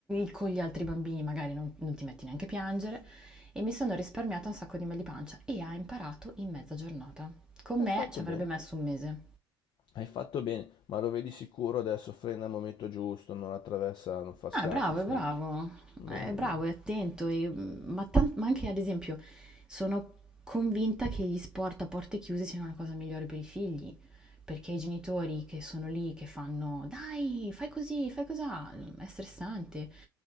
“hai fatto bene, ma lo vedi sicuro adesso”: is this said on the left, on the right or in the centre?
Left